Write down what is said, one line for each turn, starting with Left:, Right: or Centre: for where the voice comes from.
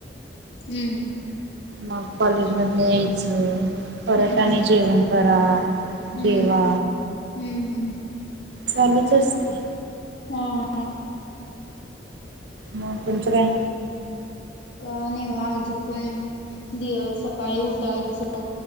Left: हम्म.
Right: मग कॉलेज मधन यायचं, परत
Left: हम्म हम्म
Right: आणि जेवण करा.
Left: हम्म
Right: जेवा
Left: हम्म हम्म.
Right: चालूच असते.
Left: हम.
Right: मग तुमच काय
Left: काय नाही निवांत झोपुन दि सकाळी उठायच